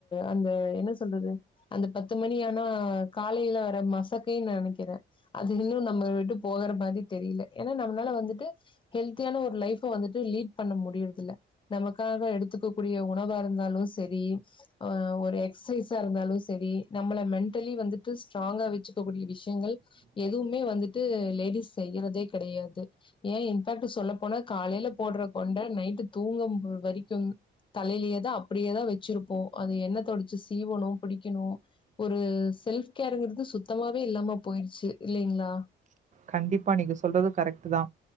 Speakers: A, on the left; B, on the right.
A: அந்த என்ன சொல்றது அந்த பத்து மணி ஆனா காலையில வர மசக்கைனு நா நெனைக்கிறே அது இன்னு நம்மள விட்டு போகற மாரி தெரியில ஏன்னா நம்மளால வந்துட்டு ஹெல்தியான ஒரு லைஃப்ப வந்துட்டு லீட் பண்ண முடியறதுல்ல நமக்காக எடுத்துக்க கூடிய உணவாருந்தாலு செரி ஆ ஒரு எக்சைஸா இருந்தாலு செரி நம்மள மென்டலி வந்துட்டு ஸ்ட்ராங்கா வெச்சுக்கக்கூடிய விஷ்யங்கள் எதுவுமே வந்துட்டு லேடிஸ் செய்யறதே கடையாது ஏ இன்ஃபேக்ட் சொல்ல போனா காலைல போட்ற கொண்ட நைட்டு தூங்கும் வரைக்கும் தலையிலேயே தா அப்டியே தா வச்சிருப்போ அது என்ன தொடச்சி சீவணு புடிக்கணு ஒரு செல்ஃப் கேருங்றது சுத்தமாவே இல்லாம போயிருச்சு இல்லிங்களா
B: கண்டிப்பா நீங்க சொல்றது கரெக்ட் தா